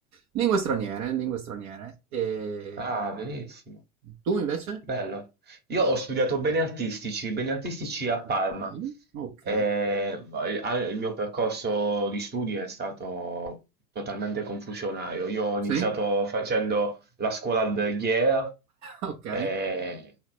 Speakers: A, on the right; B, on the right.
A: Lingue straniere, lingue straniere. E...
B: Ah, benissimo.
A: Tu invece?
B: Bello. Io ho studiato beni artistici, beni artistici a
A: Ok,
B: Parma.
A: ok.
B: Eh, a- il mio percorso di studi è stato totalmente confusionario. Io ho iniziato
A: Sì,
B: facendo la scuola alberghiera,
A: ok,
B: eh,